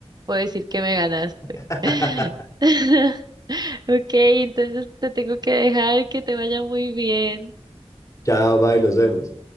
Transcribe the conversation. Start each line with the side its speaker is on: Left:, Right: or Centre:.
Right: puedo decir que me ganaste.
Left: <laughs>
Right: <laughs> Ok, entonces te tengo que dejar que te vaya muy bien.
Left: Chao, bye, nos vemos.